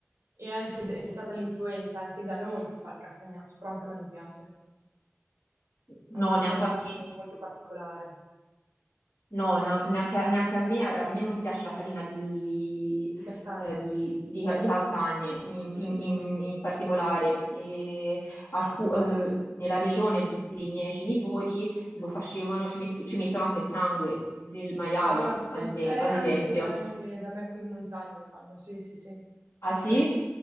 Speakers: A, on the right; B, on the left.
A: e anche e c'è stata l'influenza, anche da noi si fa il castagnaccio, però anche a me non piace.
B: No,
A: Ha un sapore
B: neanche a
A: molto,
B: me.
A: molto particolare
B: No, na- neanche, neanche a me, a me non piace la farina di,
A: di castagne.
B: eh, di- di- di castagne in,
A: Mm,
B: in-
A: mm,
B: in-
A: mm. mm.
B: in particolare. E alcu- eh, nella regione dei miei genitori lo facevano, ci, mette- ci mettono anche il sangue del maiale,
A: Ah, sì,
B: ad,
A: sì, eh,
B: ad
A: anche,
B: esempio.
A: anche da me qui in montagna lo fanno, sì, sì, sì. Eh.
B: Ah sì?